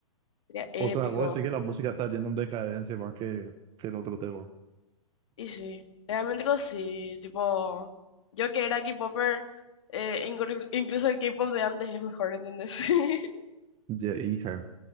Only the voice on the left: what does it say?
Sería épico.
Y sí, realmente que sí. Tipo, yo que era K-popper, eh, inclu- incluso el K-pop de antes es mejor, ¿entendés? <laughs>